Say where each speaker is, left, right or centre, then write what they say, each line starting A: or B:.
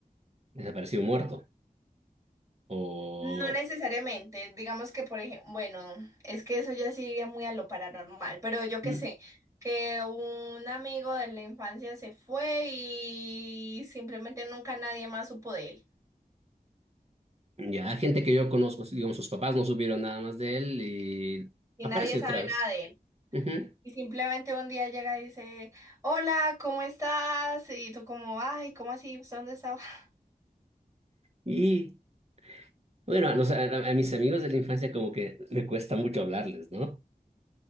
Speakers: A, on the right; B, on the right.
A: Desaparecido muerto. O
B: No necesariamente, digamos que por ejemplo, bueno, es que eso ya sigue muy a lo paranormal, pero yo qué
A: mm,
B: sé, que un amigo de la infancia se fue y simplemente nunca nadie más supo de él.
A: ya gente que yo conozco, digamos, sus papás no supieron nada más de él y
B: y
A: aparece
B: nadie sabe
A: otra vez.
B: nada de él.
A: Ujú.
B: Y simplemente un día llega y dice, hola, ¿cómo estás? Y tú como, ay, ¿cómo así? ¿Usted dónde estaba? <laughs>
A: Y bueno, a, los- a- a mis amigos de la infancia como que me cuesta mucho hablarles, ¿no?